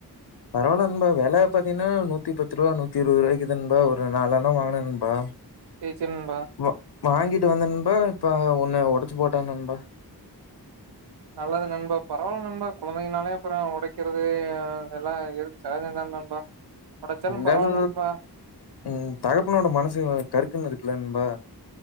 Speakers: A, on the left; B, on the right.
A: பரவால்ல நண்பா வெல பாத்தீங்கன்னா நூத்தி பத்து ரூபா நூத்தி இருபது ரூபாய்க்கு தா நண்பா ஒரு நாலுனா வாங்குனே நண்பா
B: செர் செரி நண்பா
A: வா வாங்கிட்டு வந்தே நண்பா இப்ப ஒன்னு ஒடச்சி போட்டான் நண்பா
B: நல்லது நண்பா பரவால்ல நண்பா கொழந்தைங்கனாலே அப்புறோ ஒடைக்கிறது அதெல்லா சகஜம் தா நண்பா உடைச்சாலும்
A: இருந்தாலு
B: பரவால்ல நண்பா
A: உஹம் தகப்பனோட மனசு கருக்குன்னு இருக்கு இல்ல நண்பா